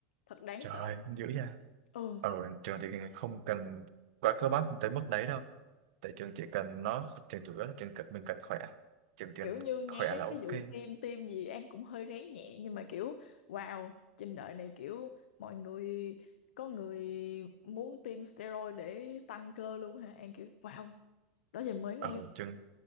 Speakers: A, on the left; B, on the right.
A: thật đáng
B: trời
A: sợ.
B: ơi dữ nha
A: Ừ.
B: ở trường thì không cần quá cơ bắp tới mức đấy đâu tại trường chỉ cần nó trường chủ yếu là trường cần mình cần khỏe trường cần
A: kiểu như nghe
B: khỏe
A: các
B: là ok
A: cái vụ tiêm tiêm gì An cũng hơi rén nhẹ nhưng mà kiểu wow trên đời này kiểu mọi người có người muốn tiêm steroid để tăng cơ luôn hả An kiểu wow đó giờ mới nghe
B: ở trường